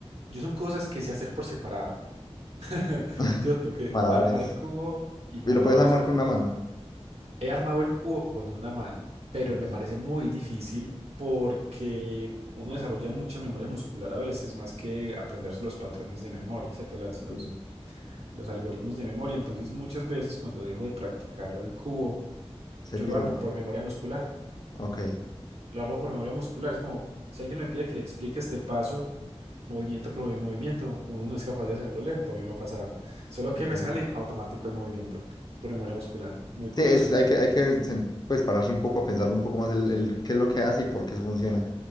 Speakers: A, on the right; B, on the left.
A: yo son cosas que sé hacer por separado. <laughs>
B: <laughs>
A: Cierto, que
B: Malabares.
A: armar el cubo y malabares
B: Y lo puedes armar
A: por
B: con
A: separado.
B: una mano.
A: He armado el cubo con una mano, pero
B: Ok.
A: me parece muy difícil porque uno desarrolla mucha memoria muscular a veces, más que aprenderse los patrones de memoria, ¿cierto? Las, los,
B: Sí. sí.
A: los algoritmos de memoria. Entonces, muchas veces cuando dejo de practicar el cubo,
B: Se
A: yo
B: pierde.
A: lo armo por memoria muscular.
B: Ok.
A: Lo armo por memoria muscular. Es como si alguien me pide que le explique este paso, movimiento por movimiento, uno no es capaz de hacerlo lento. A mí me ha pasado. Solo
B: Ok.
A: que me sale automático el movimiento por memoria muscular. Muy curioso.
B: Sí, es, hay que, hay que sen- pues, pararse un poco, pensarlo un poco más el, el qué es lo que hace y por qué eso funciona.